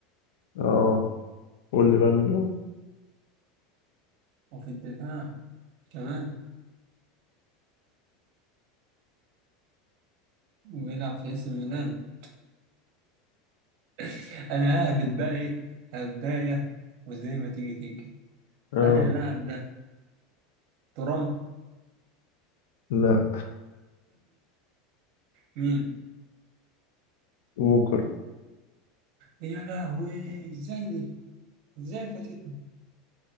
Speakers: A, on the left; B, on the right.
A: اه قول لي بقى مين هو
B: وفي الدفاع كمان وبيلعب في AC ميلان <laughs> أنا ههبط
A: مم.
B: بقى إيه هبداية وزي ما تيجي تيجي
A: اه
B: هل اللاعب ده ترام؟
A: لا
B: <laughs> مين؟
A: ووكر
B: يا لهوي ازاي دي؟ ازاي فاتتني؟